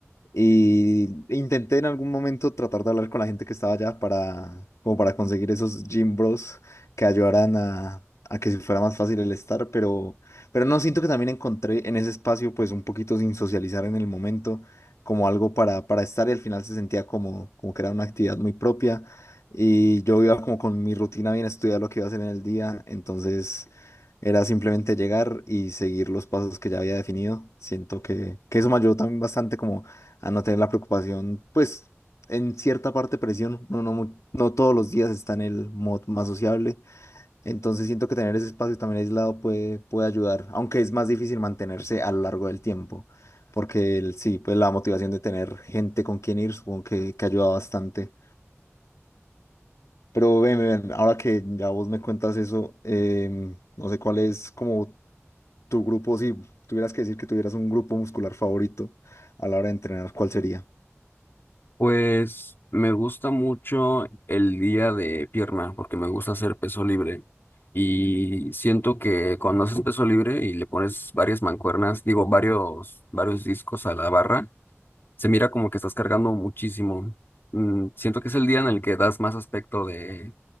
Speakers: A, on the left; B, on the left.
A: Y intenté en algún momento tratar de hablar con la gente que estaba allá para, como para conseguir esos gym bros que ayudaran a, a que fuera más fácil el estar, pero, pero no siento que también encontré en ese espacio, pues un poquito sin socializar en el momento, como algo para, para estar y al final se sentía como, como que era una actividad muy propia y yo iba como con mi rutina bien estudiada lo que iba a hacer en el día, entonces era simplemente llegar y seguir los pasos que ya había definido. Siento que, que eso me ayudó también bastante como a no tener la preocupación, pues en cierta parte presión, no, no, mu- no todos los días está en el mod más sociable, entonces siento que tener ese espacio también aislado puede, puede ayudar, aunque es más difícil mantenerse a lo largo del tiempo, porque el- sí, pues la motivación de tener gente con quien ir supongo que, que ayuda bastante. Pero ven, ven, ahora que ya vos me cuentas eso, em, no sé cuál es como tu grupo, si tuvieras que decir que tuvieras un grupo muscular favorito a la hora de entrenar, ¿cuál sería?
B: Pues me gusta mucho el día de pierna, porque me gusta hacer peso libre. Y siento que cuando haces peso libre y le pones varias mancuernas, digo, varios, varios discos a la barra, se mira como que estás cargando muchísimo. Mm, siento que es el día en el que das más aspecto de